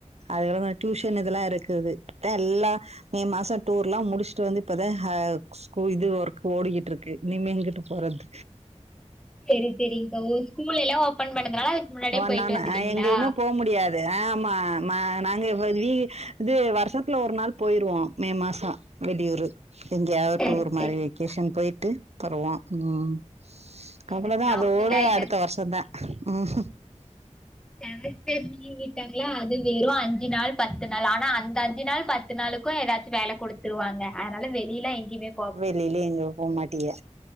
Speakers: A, on the right; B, in the centre.
A: அதுல்லாம் டியூஷன் இதெல்லாம் இருக்குது எல்லா மே மாசம் டூர் எல்லாம் முடிச்சுட்டு வந்து இப்பதான்ஹ இது ஒர்க ஓடிக்கிட்டு இருக்கு இனிமேங்கிட்டு போறது
B: சேரி சேரிகா ஸ்கூல எல்லாம் ஓபன் பண்ணதுனால முன்னாடியே
A: ஒ
B: போயிட்டு
A: நான
B: வந்துட்டீங்களா
A: எங்களுக்கு போக முடியாது ஆமா நாங்க இது வருஷத்துல ஒரு நாள் போயிருவோம் மே மாசம் வெளியூர் எங்கயாவது
B: செரி
A: டூர்
B: செரிங்க்கா
A: மாரி வெக்கேஷன் போயிட்டு வருவேம் ம் அவ்வளோதான்
B: எனக்குலா
A: அதோட
B: அப்டிலா இல்ல
A: அடுத்த வருஷம் தான் ம்
B: யனேக்டே நீ வீட்டாக அது வெறும் அஞ்சு நாள் பத்து நாள் ஆனா அந்த அஞ்சு நாள் பத்து நாளுக்கும் ஏதாச்சும் வேலை கொடுத்து ருவாங்க அதனால வெளியில எங்கயுமே
A: வெளியில எங்கயும் போகமாட்டிய